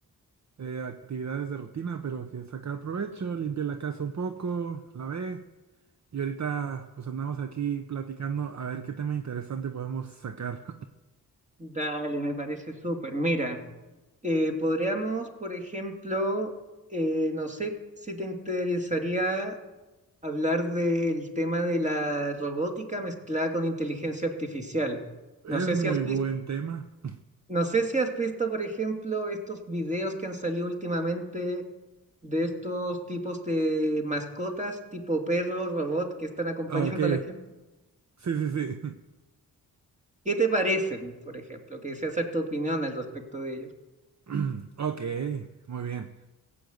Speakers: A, on the right; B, on the right.
A: eh, actividades de rutina, pero que sacar provecho, limpié la casa un poco, lavé y ahorita pues andamos aquí platicando a ver qué tema interesante podemos sacar.
B: Dale, me parece súper. Mira, eh, podríamos, por ejemplo, eh, no sé si te interesaría hablar del tema de la robótica mezclada con inteligencia artificial.
A: <laughs> Es
B: No sé
A: muy
B: si has visto,
A: buen tema.
B: no sé si has visto, por ejemplo, estos videos que han salido últimamente de estos tipos de mascotas tipo perro, robot que están
A: <laughs>
B: acompañando
A: Ok,
B: a la gente.
A: Sí, sí, sí.
B: ¿Qué te parecen, por ejemplo? Quisiera hacer tu opinión al respecto de ellos.
A: <clears throat> Ok, muy bien.